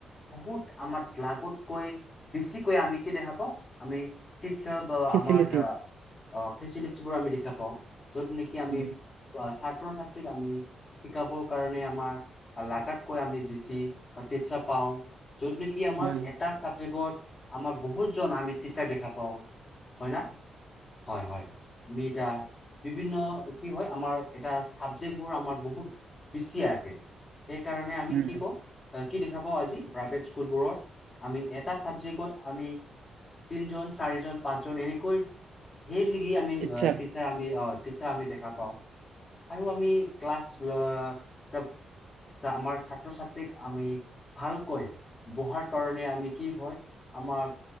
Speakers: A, on the left; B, on the right.
A: বহুত আমাক লাগতকৈ বেছিকৈ আমি কি দেখা পাওঁ আমি টিৎসৰ বা
B: ফেচিলিটি
A: আমাৰ যা অ ফেচিলেটিবোৰ আমি দেখা পাওঁ যত নেকি আমি
B: উম,
A: ছাত্ৰ ছাত্ৰীক আমি শিকাব কাৰণে আমাৰ লাগাতকৈ আমি বেছি আমি বেছি উৰ্তিচ্চা পাওঁ অহ যত নেকি আমাৰ
B: হয়
A: এটা চাবজেক্টত আমাৰ বহুত জন আমি তিৎসাৰ দেখা পাও হয় ন হয় হয় মিটা বিভিন্ন কি হয় আমাৰ এটা চাবজেক্টবোৰ আমাৰ বহুত বেছি আছে সেইকাৰণে আমি
B: উম
A: কি
B: উম
A: কওঁ কি দেখা পাওঁ আজি প্ৰাইভেট স্কুলবোৰত আমি এটা ছাবজেক্টত আমি তিনজন চাৰিজন পাঁচজন এনেকৈ সেই লৈকে আমি
B: টিচাৰ
A: টিৎসাৰ আমি দেখা পাওঁ আৰু আমি ক্লাছ আমাৰ ছাত্ৰ ছাত্ৰীক আমি ভালকৈ বহাৰ কাৰণে আমি কি হয় আমাৰ